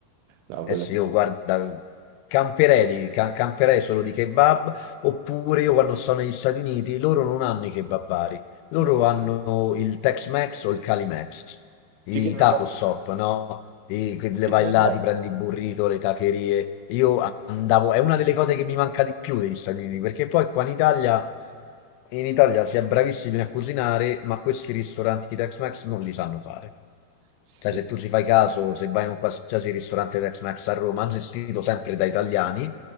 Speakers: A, on the right; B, on the left.
A: No,
B: Adesso
A: quello
B: io guarda, camperei, di- ca- camperei solo di kebab, oppure io quando sono negli Stati Uniti, loro non hanno i kebabari, loro
A: no.
B: hanno il Tex-Mex o il Cali-Mex, i
A: Chicken and
B: taco
A: rice.
B: shop, no? I, che le
A: Chicken
B: vai
A: and
B: là,
A: rice.
B: ti prendi il burrito, le tacherie. Io andavo, è una delle cose che mi manca di più degli Stati Uniti, perché poi qua in Italia, in Italia si è bravissimi a cucinare, ma questi ristoranti Tex-Mex non li sanno fare.
A: Sì.
B: Cioè, se tu ci fai caso, se vai in un qualsiasi ristorante Tex-Mex a Roma, gestito sempre da italiani,